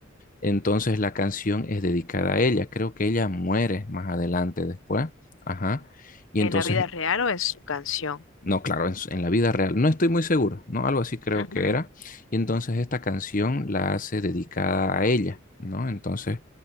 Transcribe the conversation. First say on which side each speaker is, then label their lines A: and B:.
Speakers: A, on the left; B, on the left.
A: Entonces la canción es dedicada a ella. Creo que ella muere más adelante después. Ajá. Y
B: en
A: entonces
B: la vida real o en su canción.
A: No, claro, en, en la vida real. No estoy muy seguro, ¿no? Algo así creo
B: Ujú.
A: que era. Y entonces esta canción la hace dedicada a ella, ¿no? Entonces